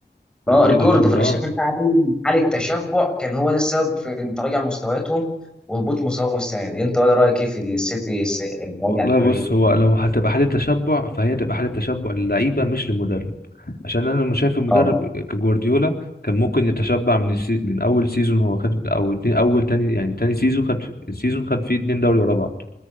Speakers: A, in the centre; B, on the left.
A: اه
B: ريكورد
A: ريكورد
B: لوحده
A: فانا
B: اه
A: شايف ان ده عامل حاله تشبع كان هو ده السبب في ان تراجع مستوياتهم وهبوط مستواهم السنه دي انت إيه رايك ايه في ان السيتي س- راجع
B: والله
A: السنه دي؟
B: بص هو لو هتبقى حالة تشبع فهي تبقى حالة تشبع للعيبة مش للمدرب عشان انا مش شايف المدرب
A: اه
B: كجوارديولا كان ممكن يتشبع من السي... من اول سيزون هو خد او اتنين اول تاني يعني تاني سيزون خد سيزون خد فيه اتنين دوري ورا بعض